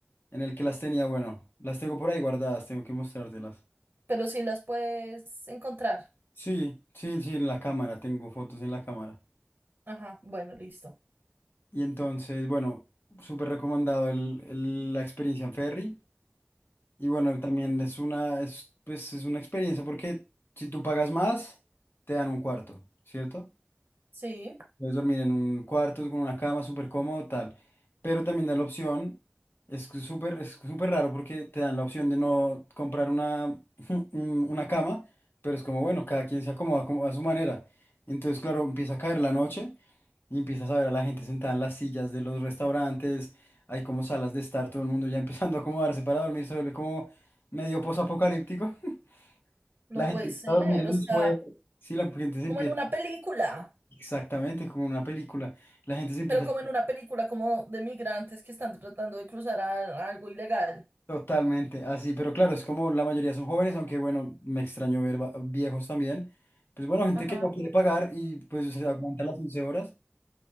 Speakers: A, on the left; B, on the right.
A: en el que las tenía, bueno, las tengo por ahí guardadas, tengo que mostrártelas.
B: pero sí las puedes encontrar.
A: Sí, sí, sí, en la cámara, tengo fotos en la cámara.
B: Ajá, bueno, listo.
A: Y entonces, bueno, súper recomendado el- el- la experiencia en ferry. Y bueno, también es una, es, pues, es una experiencia porque si tú pagas más, te dan un cuarto, ¿cierto?
B: Sí,
A: Puedes dormir en un cuarto con una cama súper cómodo, tal. Pero también da la opción, es que súper, es súper raro porque te dan la opción de no comprar una, <laughs> un- una cama, pero es como, bueno, cada quien se acomoda como a su manera. Entonces, claro, empieza a caer la noche y empiezas a ver a la gente sentada en las sillas de los restaurantes, hay como salas de estar, todo el mundo ya <laughs> empezando a acomodarse para dormir, se vuelve como medio posapocalíptico. <laughs>
B: no
A: La gente
B: puede
A: empieza
B: ser.
A: a dormir en
B: O sea,
A: el suelo, sí, la gente se
B: como
A: empieza
B: en una película,
A: Exactamente, como una película. La gente se empieza
B: pero como en una película como de migrantes que están tratando de cruzar a- algo ilegal.
A: totalmente así, pero claro, es como la mayoría son jóvenes, aunque bueno, me extrañó ver va- viejos también. Pues bueno, gente
B: Ajá,
A: que no quiere pagar y pues se aguanta las 11 horas,